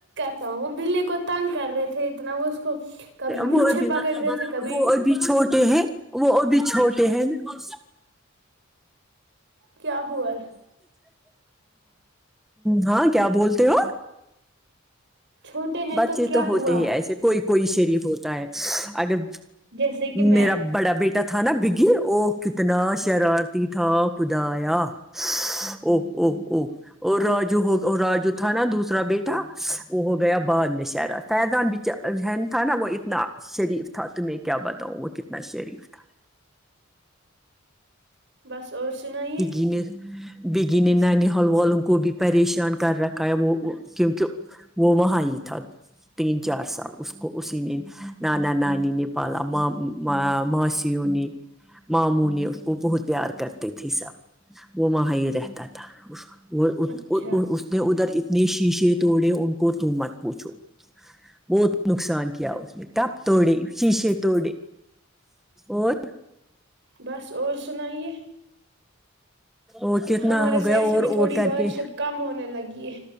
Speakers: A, on the right; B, in the centre.
A: تو وہ بے کو تنگ کر رہے تھے اتنا وہ اس کو کبھی میچھے
B: وہ ابھی
A: پکڑ رہے تھے کبھی
B: وہ ابھی چھوٹے ہیں وہ بھی چھوٹے ہیں نا
A: کیا ہوا
B: ہاں کیا بولتے ہو
A: چھوٹے ہیں
B: بچ چی
A: کیا
B: تو ہوتے
A: ہوا
B: ہی ایسے کوئی کوئی شریف ہوتا ہے اگر
A: جیسے کہ میں
B: میرا بڑا بیٹا تھا نا بگی وہ کتنا شرارتی تھا کدایاں او او او اور راجو ہو راجو تھا نا دوسرا بیٹا وہ ہو گیا
A: ہ
B: بعد میں شہرا فیضان ذن تھا نا وہ اتنا شریف تھا تمہیں کیا بتاؤں وہ کتنا شریف تھا
A: بس اور سناائیے
B: نے بگی نے نان حل والوں کو بھی پریشان کر رکھا ہے وہ کیونک وہ وہاں ہی تھا تین چار سال اس کو اسی نے نانا نانی نے پالا ماں ماسییوں نے ماموں نے اس کو بہت پیار کرتے تھے سب وہ وہاں یہ رہتا تھا وہ
A: اچھا
B: نے ادھر اتنے شیشے توڑے ان کو تو مت پوچھو وہ نقصان کیا اس نے کپ توڑے شیشے توڑے اور
A: بس اور سنائیے
B: اور کتنا
A: ہمارے
B: ہو
A: سائڈ
B: گیا
A: سے
B: اور
A: بھی
B: اور
A: تھوڑی
B: کر
A: بارش
B: کے
A: اب کم ہونے لگی ہے